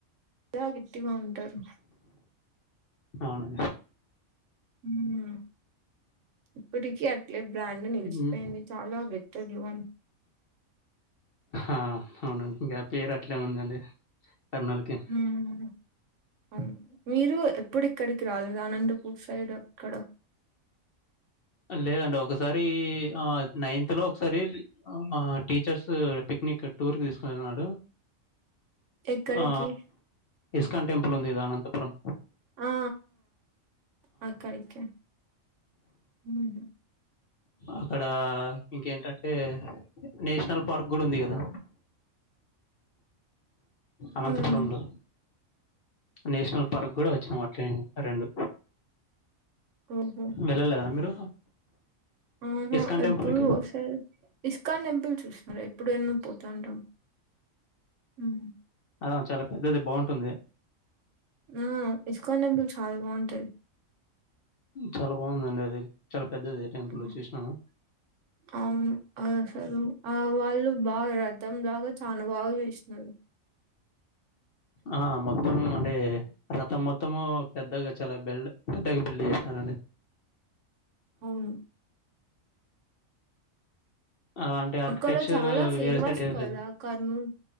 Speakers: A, on the right (about 70°); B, on the left (about 55°).
A: చాలా గట్టిగా ఉంటారు.
B: అవును
A: ఉం ఇప్పటికి అట్లే బ్రాండ్ నిలిచిపోయింది.
B: హ్మ్.
A: చాలా గట్టోల్లు అని.
B: ఆ అవునండి ఇంకా పేరు అట్లే ఉందండి కర్నూల్కి.
A: ఉం అవును మీరు ఎప్పుడు ఇక్కడికి రాలేదా అనంతపూర్ సైడ్ అక్కడ
B: లేదండి ఒకసారి ఆ నైన్త్ లో ఒకసారి ఆ టీచర్స్ పిక్నిక్ టూర్ కి తీసుకెళ్ళిన్నాడు.
A: ఎక్కడికి
B: ఆ ఇస్కాన్ టెంపుల్ ఉంది కదా అనంతపురం.
A: ఆ ఆ అక్కడ ఎక్క ఉం
B: అక్కడ ఇంకేంటంటే నేషనల్ పార్క్ కూడా ఉంది కదా. అనంతపురంలో
A: మ్మ్
B: నేషనల్ పార్క్ కూడా వచ్చిన అట్ రెండు
A: హు హామ్
B: వెళ్ళలేదా మీరు?
A: ఆహా
B: ఇస్కాన్
A: ఎప్పుడు
B: టెంపుల్‌కి?
A: ఒకసారి ఇస్కాన్ టెంపుల్ చూసినారా. ఎప్పుడైనా పోతా ఉంటాం. ఉం
B: అ చాలా పెద్దది బావుంటుంది.
A: ఉం ఇస్కాన్ టెంపుల్ చాలా బావుంటది.
B: చాలా బావుందండి అది. చాలా పెద్దది టెంపుల్
A: ఆ,
B: చూసినవా.
A: అవును అసలు ఆ వాళ్ళు బాగా రథం లాగా చానా బాగా చేసినరు.
B: ఆ మొత్తము అంటే రతం మొత్తము పెద్దగా చాలా బెల్ పెద్దగా బిల్డ్ చేసినారండి.
A: అవును
B: ఆ అంటే ఆర్కిటెక్చర్
A: అక్కడ చాలా ఫేమస్
B: వేరే సైడ్ ఏం
A: కదా
B: లేదు
A: కర్నూల్